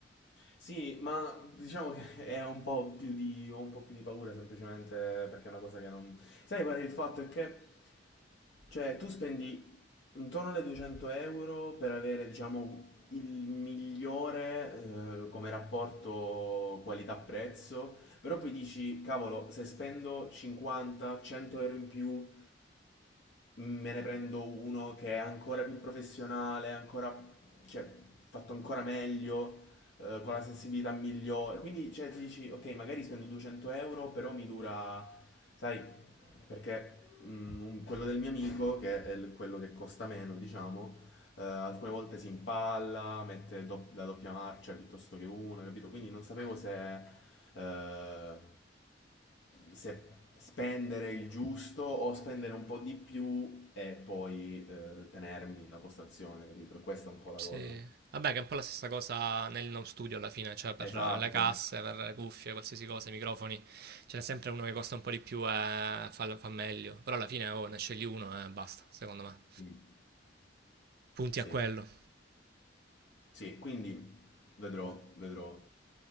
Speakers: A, on the left (about 65°); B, on the right (about 55°).
A: Sì, ma diciamo che <laughs> è un po' più di, ho un po' più di paura semplicemente perché è una cosa che non... Sai qual è il fatto? È che, cioè, tu spendi intorno alle 200 euro per avere, diciamo, il migliore, eh, come rapporto qualità-prezzo, però poi dici, cavolo, se spendo 50-100 euro in più me ne prendo uno che è ancora più professionale, ancora, cioè, fatto ancora meglio, eh, con la sensibilità migliore. Quindi, cioè, ti dici, ok, magari spendo 200 euro, però mi dura, sai, perché mm, un- quello del mio amico, che è il- quello che costa meno, diciamo, eh, alcune volte si impalla, mette dop- la doppia marcia piuttosto che una, capito? Quindi non sapevo se, eh, se spendere il giusto o spendere un po' di più e poi eh, tenermi la postazione, capito? E questa è un po' la
B: Sì.
A: cosa.
B: Vabbè, che è un po' la stessa cosa nel home studio alla fine, cioè per
A: Esatto.
B: le casse, per le cuffie, qualsiasi cosa, i microfoni. Ce n'è sempre uno che costa un po' di più e fa, fa meglio. Però alla fine oh, ne scegli uno e basta, secondo me.
A: Mm.
B: punti
A: Sì.
B: a quello.
A: Sì, quindi vedrò, vedrò.